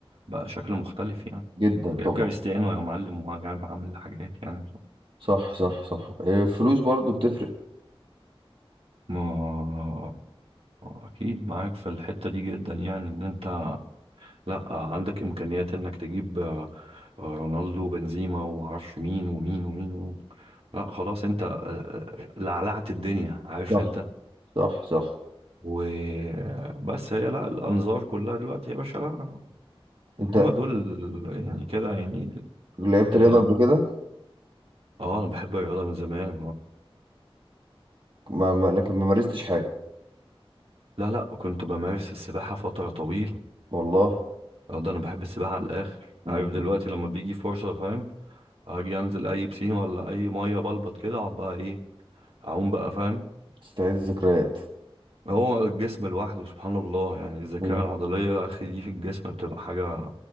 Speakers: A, on the right; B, on the right.
A: بقى شكل مختلف يعني
B: جدا طبعا
A: جايب كريستيانو يا معلم وجايب عامل حاجات يعني
B: صح صح صح الفلوس برضو بتفرق
A: ما اكيد معاك في الحتة دي جدا يعني ان انت لا عندك امكانيات انك تجيب آه، آه، رونالدو بنزيما ومعرفش مين ومين ومين, ومين. لا خلاص انت آه، آه، لعلعت الدنيا عارف
B: صح
A: انت
B: صح صح
A: وبس هي لا الانظار كلها دلوقتي يا باشا لا
B: انت
A: هما دول يعني كده يعني ال...
B: لعبت
A: ال...
B: رياضه
A: ال-
B: قبل كده
A: اه انا بحب الرياضة من زمان
B: ما ما- لكن ما مارستش حاجة
A: لا لا كنت بمارس السباحة فترة طويلة
B: والله
A: اه ده انا بحب السباحه على الاخر
B: مم.
A: عارف دلوقتي لما بيجي فرصه فاهم اجي انزل اي بسين ولا اي ميه بلبط كده اقعد بقى ايه اعوم بقى فاهم
B: تستعيد الذكريات
A: هو الجسم لوحده سبحان الله يعني الذاكره
B: مم.
A: العضليه يا اخي دي في الجسم بتبقى حاجه